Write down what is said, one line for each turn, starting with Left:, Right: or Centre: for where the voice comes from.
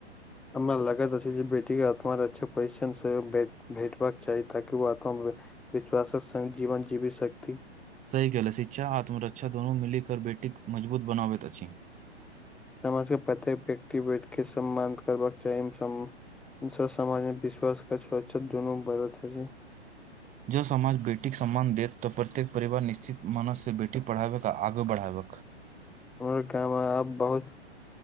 Centre: हमरा लागत अछि जे बेटीेके आत्मा रक्षा परिक्षण सेहो भेटबाक चाही ताकि ओ आत्मामे विश्वासक संग जीवन जीवी शक्ति।
Right: सही केहलऽ शिक्षा आत्मरक्षा दुनू मिल कर बेटीक मजबूत बनाबैत अछि।
Centre: समाजके प्रत्येक व्यक्ति बेट के सम्मान करबाक चाही मसम् इस समाजमे विश्वास के स्वच्छा दुनू बरथ अछि।
Right: जँ समाज बेटीके सम्मान देत तऽ प्रत्येक परिवार निश्चित मानससँ बेटी पढ़ाबै आ आगू बढ़ाबैक
Centre: हमरा काम अ आब बहुत